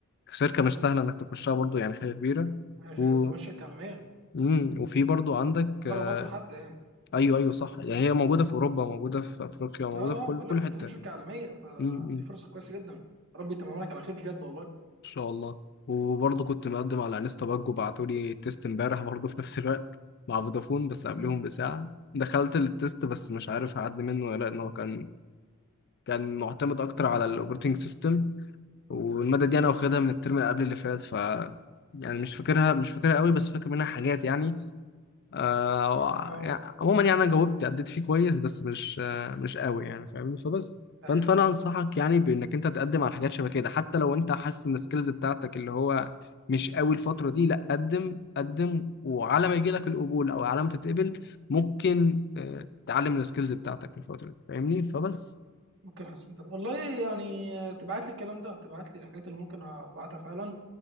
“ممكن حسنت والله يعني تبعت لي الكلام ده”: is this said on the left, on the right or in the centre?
Right